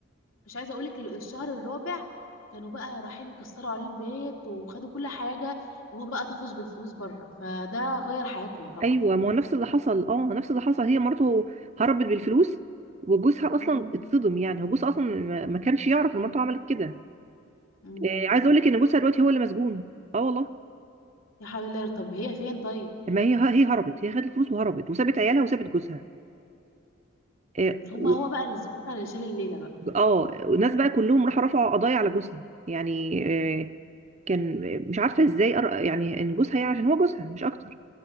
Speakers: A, on the left; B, on the right.
A: مش عايزه اقولك ال- الشهر الرابع كانوا بقى رايحين يكسروا عليه البيت وخدوا كل حاجه وهو بقى طفش بالفلوس بره فده غير حياتهم طبعا
B: ايوه ما هو نفس اللي حصل اه نفس اللي حصل هي مرته هربت بالفلوس وجوزها اصلا
A: مم.
B: اتصدم يعني هو جوزها اصلا ما ما كانش يعرف ان مرته عملت كده
A: مم.
B: آه عايز اقول لك ان جوزها دلوقتي هو اللي مسجون اه والله
A: يا حول الله طب هي فين طيب
B: ما هي هي هربت هي خدت الفلوس وهربت وسابت عيالها وسابت جوزها اه
A: مم، هما
B: و-
A: هو بقى اللي البطل اللي شال الليله بقى
B: آه، الناس بقى كلهم راحوا رفعوا قضايا على جوزها يعني آه كان آه، مش عارفه ازاي أر- يعني ان جوزها يعني عشان هو جوزها مش اكتر